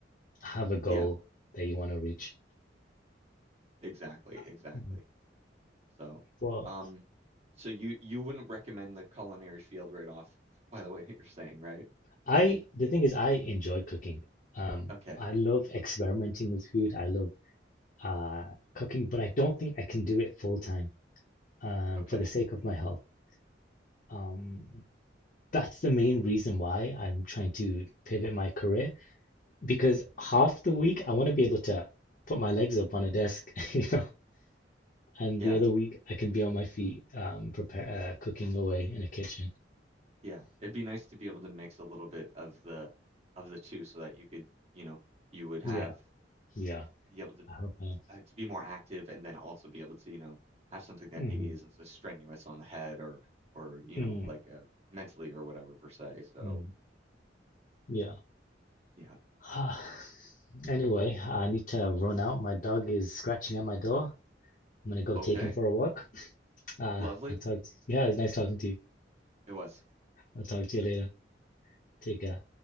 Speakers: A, on the left; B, on the right.
A: have a goal
B: yeah,
A: that you want to reach.
B: exactly, exactly.
A: <sighs>
B: So,
A: Well,
B: um, so you you wouldn't recommend the culinary field right off, <laughs> by the way, <laughs> you're saying, right?
A: I the thing is I enjoy cooking. Um,
B: Okay.
A: I love experimenting with food. I love uh cooking, but I don't think I can do it full time um
B: Okay.
A: for the sake of my health. Um, that's the main reason why I'm trying to pivot my career. because half the week I want to be able to put my legs up on a desk, <laughs> you know, and
B: Yeah,
A: the other week I can be on my feet, um, prepare uh, cooking away in a kitchen.
B: yeah. It'd be nice to be able to mix a little bit of the of the two so that you could, you know, you would
A: Yeah,
B: have
A: yeah,
B: be able to
A: I hope I am.
B: uh, to be more active and then also be able to, you know, have something that
A: Mm-hmm.
B: maybe isn't so strenuous on the head or or, you
A: Mm,
B: know, like uh mentally or whatever per se. So,
A: mm, yeah.
B: yeah.
A: <sighs> Anyway, I need to run out. My dog is scratching at my door. I'm gonna go
B: Okay.
A: take him for a walk. Uh,
B: Lovely.
A: I'll talk to, yeah, it's nice talking to you.
B: It was.
A: I'll talk to you later. Take care.